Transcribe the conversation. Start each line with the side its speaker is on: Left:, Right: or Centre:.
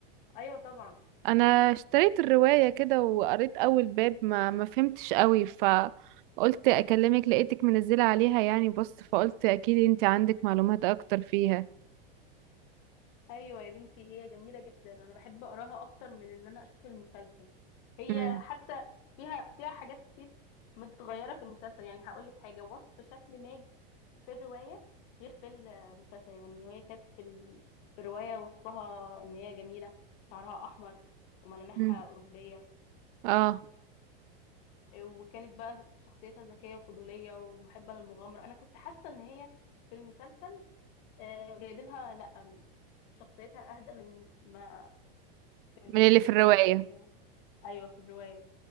Left: ايوه طبعا
Right: انا اشتريت الرواية كده وقريت اول باب ما ما فهمتش قوي فقلت اكلمك لقيتك منزلة عليها يعني بص فقلت اكيد انت عندك معلومات اكتر فيها
Left: ايوه يا بنتي هي جميله جدا انا بحب اقراها اكتر من ان انا اشوف المسلسل هي
Right: امم
Left: حتى فيها فيها حاجات كتير متغيره في المسلسل يعني هقول لك حاجه وصف شكل ماجي في الروايه غير في المسلسل يعني هي كانت في, ال... في الروايه وصفها ان هي جميله شعرها احمر وملامحها
Right: امم
Left: اوروبيه
Right: اه
Left: وكانت بقى شخصيتها ذكيه وفضوليه ومحبه للمغامره انا كنت حاسه ان هي في المسلسل آه، جايبينها لا شخصيتها اهدى من ما في ال-
Right: من
Left: اسمه
Right: اللي في
Left: ايه
Right: الرواية
Left: ده في ال... ايوه في الروايه